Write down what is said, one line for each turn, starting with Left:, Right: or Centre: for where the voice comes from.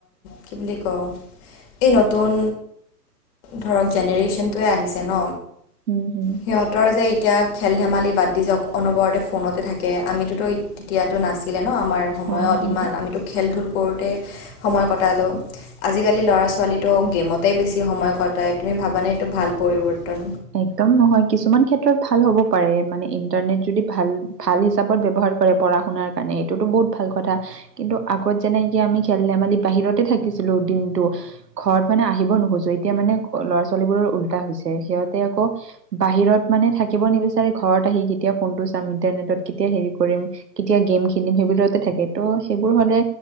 Left: কি বুলি কও এই নতুন ধৰক জেনেৰেশ্যনটোৱে আহিছে ন।
Right: উম, হম।
Left: সিহতৰ যে এতিয়া খেল ধেমালি বাদ দি যাওঁ, ক অনবৰতে ফোনতে থাকে আমিতোত তেতিয়াতো নাছিলে ন আমাৰ সময়ত
Right: হয় হয়।
Left: ইমান নামতো কি খেল-ধূল কৰোঁতে সময় কটালোঁ, আজিকালি ল'ৰা ছোৱালীটো গেমতে বেছি সময় কটাই তুমি ভাবানে এইটো ভাল পৰিৱৰ্তন?
Right: একদম নহয়। কিছুমান ক্ষেত্ৰত ভাল হ'ব পাৰে, মানে ইন্টাৰনেট যদি ভাল ভাল হিচাপত ব্যৱহাৰ কৰে পঢ়া শুনাৰ কাৰণে এইটোতো বহুত ভাল কথা কিন্তু আগত যেনেকি আমি খেল ধেমালি বাহিৰতে থাকিছিলো দিনতটো, ঘৰত মানে আহিব নোখোজো এতিয়া মানে ল'ৰা ছোৱালী বোৰৰ ওল্টা হৈছে। সিহতে আকৌ বাহিৰত মানে থাকিব নিবিচাৰি ঘৰত আহি কেতিয়া ফোনটো চাম, ইন্টাৰনেটত কেতিয়া হেৰি কৰিম, কেতিয়া গেম খেলিম সেইবোৰতে থাকে, ত' সেইবোৰ হ'লে